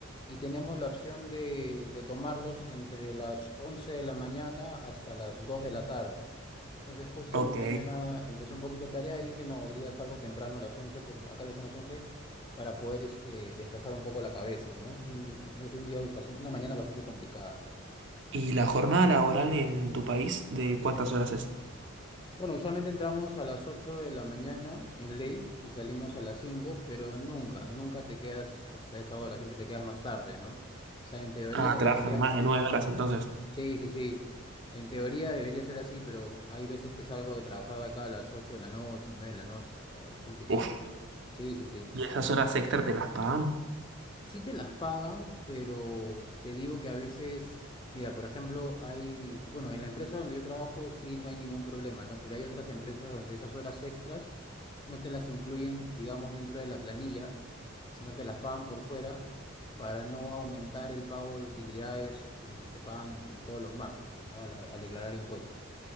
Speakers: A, on the left; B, on the right.
A: y tenemos la opción de, de tomarlos entre las 11 de la mañana hasta las 2 de la tarde. Entonces, justo
B: Ok.
A: mi mañana empezó un poquito tarea y dije, no, hoy día salgo temprano a las 11 porque acá ya son las 11 para poder este, despejar un poco la cabeza, ¿no? Mm, Ha sido un día bastante- una mañana bastante complicada.
B: ¿Y la jornada laboral en tu país de cuántas horas es?
A: Bueno, usualmente entramos a las 8 de la mañana en ley y salimos a las 5, pero nunca, nunca te quedas hasta esa hora, siempre te quedas más tarde, ¿no? O sea, en teoría
B: Ah,
A: deberíamos,
B: trabajan más de 9 horas entonces.
A: sí, sí, sí, en teoría debería ser así, pero hay veces que salgo de trabajar de acá a las 8 de la noche, 9 de la noche, o sea, es complicado.
B: Uf.
A: Sí, sí, sí.
B: ¿Y esas horas extra te las pagan?
A: Sí te las pagan, pero te digo que a veces, mira, por ejemplo, hay, bueno, en la empresa donde yo trabajo sí no hay ningún problema, ¿no? Pero hay otras empresas donde esas horas extras no te las incluyen, digamos, dentro de la planilla, sino te las pagan por fuera para no aumentar el pago de utilidades que se pagan en todos los marzos, pues, ¿no? Al, al declarar impuestos.